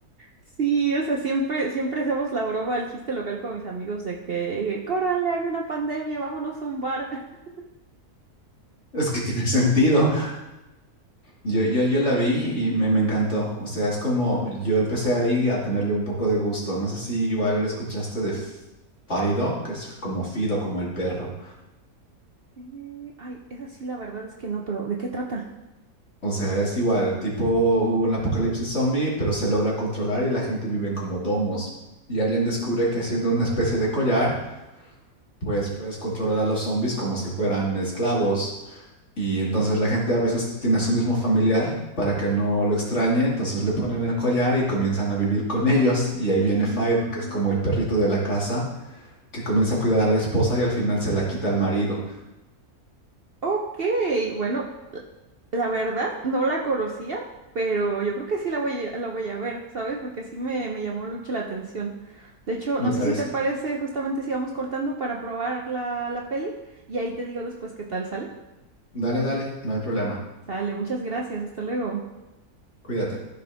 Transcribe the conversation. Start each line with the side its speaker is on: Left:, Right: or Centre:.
Right: Sí, o sea, siempre, siempre hacemos la broma, el chiste local con mis amigos de que, córranle, hay una pandemia, vámonos a un bar. <laughs>
Left: Es que tiene <laughs> sentido. Yo, yo, yo la vi y me, me encantó. O sea, es como yo empecé ahí a tenerle un poco de gusto. No sé si igual escuchaste de F- Fido, que es como Fido, como el perro.
Right: Eh, ay, esa sí, la verdad es que no, pero ¿de qué trata?
Left: O sea, es igual, tipo hubo un apocalipsis zombie, pero se logra controlar y la gente vive en como domos. Y alguien descubre que haciendo una especie de collar, pues puedes controlar a los zombies como si fueran esclavos. Y entonces la gente a veces tiene a su mismo familiar para que no lo extrañe, entonces le ponen el collar y comienzan a vivir con ellos. Y ahí
Right: Eh,
Left: viene Fyro, que es como el perrito de la casa, que comienza a cuidar a la esposa y al final se la quita al marido,
Right: ok, bueno, la la verdad no la conocía, pero yo creo que sí la voy a, la voy a ver, ¿sabes? Porque sí me, me llamó mucho la atención. De hecho,
Left: me
Right: no sé
Left: parece.
Right: si te parece justamente si vamos cortando para probar la, la peli y ahí te digo después qué tal sale.
Left: Dale, dale, no hay problema.
Right: Sale, muchas gracias, hasta luego.
Left: Cuídate.